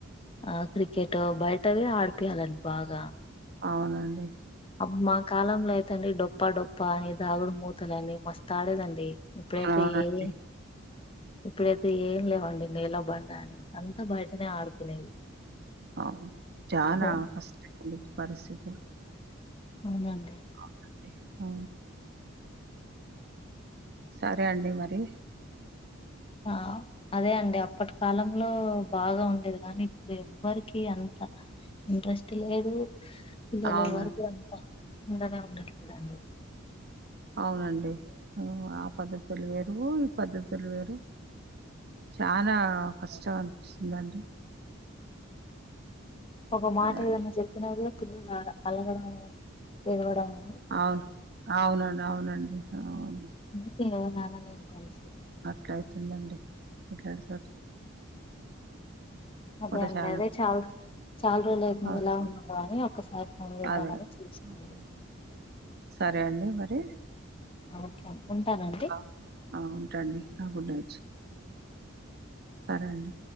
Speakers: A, on the left; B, on the right.
A: ఆ క్రికెట్ బయటవె ఆడిపీయ్యాలండి బాగా
B: ఆవునండి
A: అమ్మా కాలంలో అయితే అండి డొప్పా డొప్ప అని దాగుడు మూతలని మస్తాడేదండి ఇప్పుడైతే
B: అవునండి
A: ఏమి ఇప్పుడైతే ఏం లేవండి నేల బండా అని అంత బయటనే ఆడుకునేది
B: అవును చానా
A: ఫోన్
B: కష్టం పరిస్థితులు
A: అవునండి
B: ఆవునండి ఊ సరే అండి మరి
A: ఆ అదే అండి అప్పటి కాలంలో బాగా ఉండేది కానీ ఇప్పుడు ఎవ్వరికి అంత ఇంట్రెస్ట్ లేదు పిల్లలు
B: అవును
A: ఎవరకు అంతా ఉండనే ఉండేట్లెదండి
B: అవునండి ఉ ఆ పద్ధతులు వేరు ఈ పద్ధతులు వేరు చానా కష్టం అనిపిస్తుందండి
A: ఒక మాట
B: అదండి
A: ఏదన్నా చెప్పినా గూడా పిల్లలు అలగడము ఎడవడము
B: అవును ఆవునండి ఆవునండి అవును
A: మీటింగ్ లో నాన్న నేను కలిసేది
B: అట్లా అయితుందండి ఇట్లా వెల్తే అటు
A: అదే
B: కూడా
A: అండి
B: చాలా
A: అదే చాల చాలా రోజులు అవుతుంది
B: ఆ!
A: గా ఎలా ఉన్నారా అని ఒక్కసారి ఫోన్ చేద్దామని
B: అదే అదె
A: చేసినండి
B: సరే అండి మరి
A: ఓకే అండీ ఉంటానండి
B: ఆ! ఆ ఉంటండి ఆ గుడ్ నైట్ సరే అండి